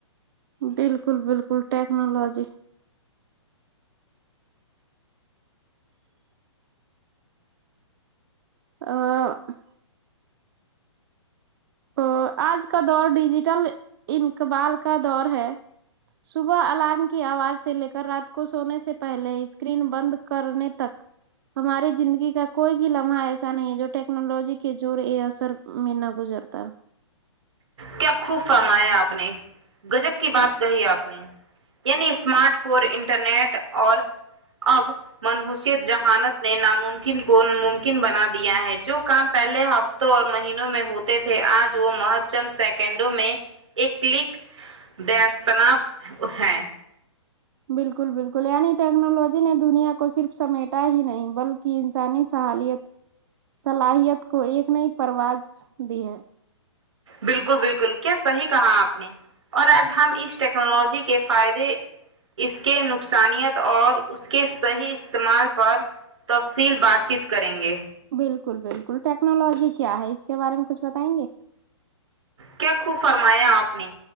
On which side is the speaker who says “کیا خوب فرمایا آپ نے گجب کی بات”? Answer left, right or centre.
Right